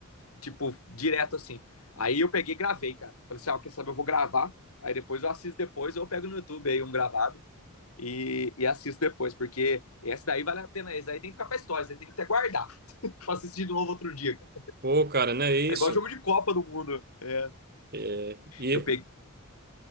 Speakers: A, on the left; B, on the right.
A: tipo, direto assim. Aí eu peguei e gravei, cara. Falei assim, ah, quer saber, eu vou gravar, aí depois eu assisto depois, ou eu pego no YouTube aí um gravado e, e assisto depois, porque esse daí vale a pena, esse daí tem que ficar pra história, esse daí tem que até guardar <laughs> pra assistir de novo outro dia, cara.
B: Pô, cara, não é isso?
A: É igual jogo de Copa do Mundo. É.
B: É, e,
A: Eu peguei.